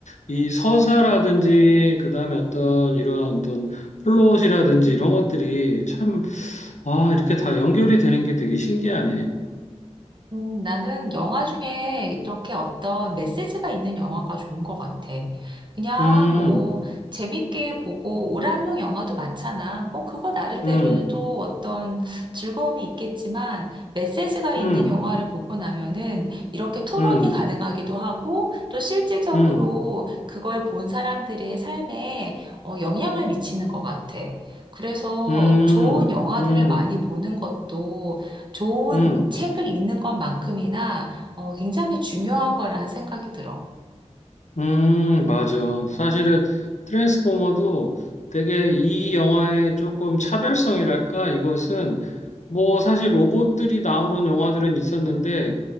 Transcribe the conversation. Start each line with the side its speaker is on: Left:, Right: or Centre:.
Left: 이 서사라든지 그다음에 어떤 이러한 어떤 플롯이라든지 이런 것들이 참, 아, 이렇게 다 연결이 되는 게 되게 신기하네.
Right: 음, 나는 영화 중에 이렇게 어떤 메시지가 있는 영화가 좋은 것 같아. 그냥
Left: 음,
Right: 뭐 재밌게 보고 오락용 영화도 많잖아. 뭐 그거 나름대로
Left: 음,
Right: 또 어떤 즐거움이 있겠지만 메시지가 있는
Left: 음,
Right: 영화를 보고 나면은 이렇게 토론이
Left: 음,
Right: 가능하기도 하고 또 실질적으로
Left: 음,
Right: 그걸 본 사람들의 삶에 어, 영향을 미치는 것 같아. 그래서
Left: 음,
Right: 좋은 영화들을
Left: 음,
Right: 많이 보는 것도 좋은
Left: 음.
Right: 책을 읽는 것만큼이나 어, 굉장히 중요한 거라는 생각이 들어.
Left: 음, 맞아. 사실은 트랜스포머도 되게 이 영화의 조금 차별성이랄까? 이것은 뭐 사실 로봇들이 나오는 영화들은 있었는데